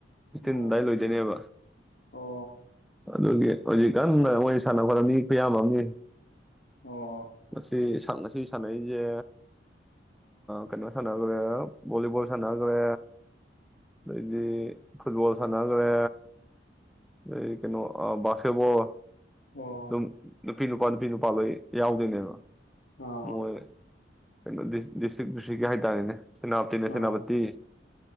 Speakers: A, in the centre; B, on the left (about 65°).
A: ꯏꯁꯇꯤꯟ
B: ꯑꯣ
A: ꯑꯗꯨꯗꯥꯏ ꯂꯣꯏꯗꯣꯏꯅꯦꯕ
B: ꯑꯣ
A: ꯑꯗꯨꯒꯤ ꯍꯧꯖꯤꯛꯀꯥꯟꯅ ꯃꯣꯏ ꯁꯥꯟꯅ ꯈꯣꯠ ꯃꯤ ꯈꯨꯌꯝ ꯑꯃꯅꯤ꯫
B: ꯑꯣ
A: ꯃꯁꯤ ꯁꯛꯉꯥ ꯁꯤ ꯁꯥꯟꯅꯩꯖꯦ ꯀꯩꯅꯣ ꯁꯥꯟꯅꯈ꯭ꯔꯦ ꯚꯣꯂꯤꯕꯣꯜ ꯁꯥꯟꯅꯈ꯭ꯔꯦ, ꯑꯗꯩꯗꯤ ꯐꯨꯠꯕꯣꯜ ꯁꯥꯟꯅꯈ꯭ꯔꯦ ꯑꯗꯩ ꯀꯩꯅꯣ ꯕꯥꯁꯀꯦꯠꯕꯣꯜ꯫
B: ꯑꯣ
A: <unintelligible> ꯅꯨꯄꯤ- ꯅꯨꯄꯥ ꯅꯨꯄꯤ-ꯅꯨꯄꯥ ꯂꯣꯏ ꯌꯥꯎꯗꯣꯏꯅꯦꯕ꯫
B: ꯑꯥ
A: ꯃꯣꯏ ꯀꯩꯅꯣꯗꯤ ꯗꯤꯁꯇ꯭ꯔꯤꯛ - ꯗꯤꯁꯇ꯭ꯔꯤꯛꯀꯤ ꯍꯥꯏꯇꯥꯔꯦꯅꯦ꯫ ꯁꯦꯅꯥꯄꯇꯤꯅꯦ
B: ꯑꯥ
A: ꯁꯦꯅꯥꯄꯇꯤ꯫